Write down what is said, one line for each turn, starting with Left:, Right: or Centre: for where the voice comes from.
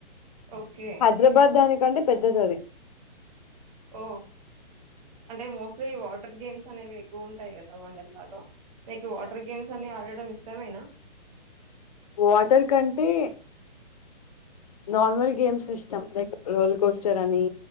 Right: ఓకే.
Left: హైదరాబాద్ దానికి కంటే పెద్దది అది
Right: ఓ అంటే మోస్ట్లీ వాటర్ గేమ్స్ అనేవి ఎక్కువ ఉంటాయి కదా వండర్లాలో మీకు వాటర్ గేమ్స్ అన్ని ఆడడం ఇష్టమేనా
Left: వాటర్ కంటే నార్మల్ గేమ్స్ ఇష్టం లైక్ రోల్ కోస్టర్ అని